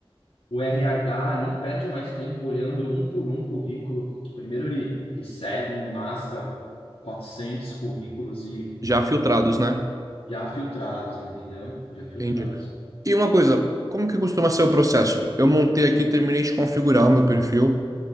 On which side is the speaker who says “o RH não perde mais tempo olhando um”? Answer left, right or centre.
Left